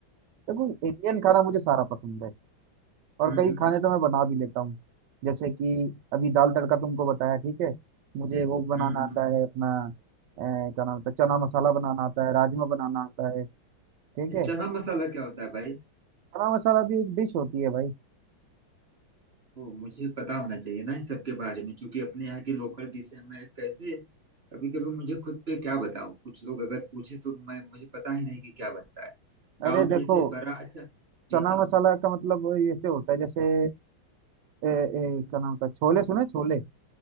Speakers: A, on the right (about 70°); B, on the right (about 45°).
A: देखो इंडियन खाना मुझे सारा पसंद है और
B: हम्म
A: कई
B: हम्म
A: खाने तो मैं बना भी लेता हूँ जैसे कि अभी दाल तड़का तुमको बताया ठीक है मुझे वो बनाना
B: हम्म हम्म।
A: आता है अपना अ, क्या नाम होता है चना मसाला बनाना आता है राजमा बनाना आता है ठीक
B: ये
A: है
B: चना मसाला क्या होता है भाई
A: चना मसाला भी एक डिश होती है भाई
B: ओ मुझे पता होना चाहिए ना इन सबके बारे में क्योंकि अपने यहाँ की लोकल डिश है मैं कैसे कभी कभी मुझे खुद पे क्या बताऊं कुछ लोग अगर पूछे तो मैं मुझे पता ही नहीं कि क्या बनता है
A: अरे
B: गांव में
A: देखो
B: जैसे बड़ा अच्छा जी
A: चना
B: जी
A: मसाला का मतलब वो ऐसे होता है जैसे ए, ए, क्या नाम होता है छोले सुने छोले